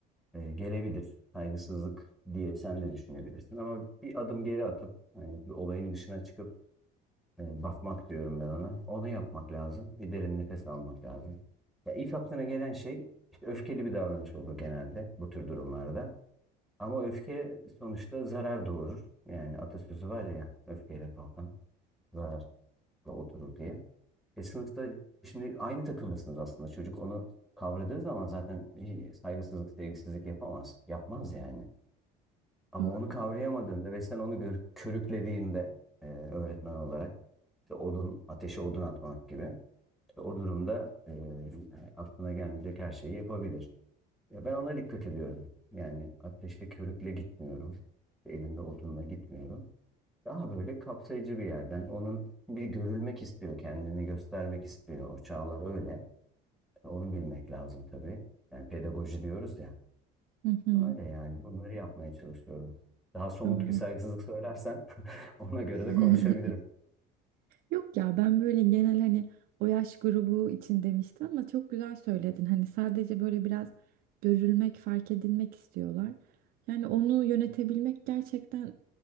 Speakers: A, in the centre; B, on the right.
A: Ee, gelebilir, saygısızlık diye sen de düşünebilirsin ama bir adım geri atıp, yani olayın dışına çıkıp e, bakmak diyorum ben ona. Onu yapmak lazım. Bir derin nefes almak lazım. Ya ilk aklına gelen şey işte öfkeli bir davranış olur genelde bu tür durumlarda. Ama öfke sonuçta zarar doğurur. Yani atasözü var ya öfkeyle kalkan zararla oturur diye. E sınıfta şimdi aynı takımdasınız aslında. Çocuk onu kavradığı zaman zaten saygısızlık, sevgisizlik yapamaz. Yapmaz yani. Ama
B: Doğru.
A: onu kavrayamadığında ve sen onu gör- körüklediğinde e, öğretmen olarak işte odun, ateşe odun atmak gibi işte o durumda e, aklına gelmeyecek her şeyi yapabilir. Ya ben ona dikkat ediyorum. Yani ateşe körükle gitmiyorum. İşte elimde odunla gitmiyorum. Daha böyle kapsayıcı bir yerden. Onun bir görülmek istiyor, kendini göstermek istiyor. O çağlar öyle. Onu bilmek lazım tabii. Yani pedagoji diyoruz ya.
B: Hı hı.
A: Öyle yani bunları yapmaya çalışıyorum. Daha somut
B: Doğru.
A: bir saygısızlık söylersen <laughs> ona göre
B: <laughs>
A: de konuşabilirim.
B: Yok ya ben böyle genel hani o yaş grubu için demiştim ama çok güzel söyledin. Hani sadece böyle biraz görülmek, fark edilmek istiyorlar. Yani onu yönetebilmek gerçekten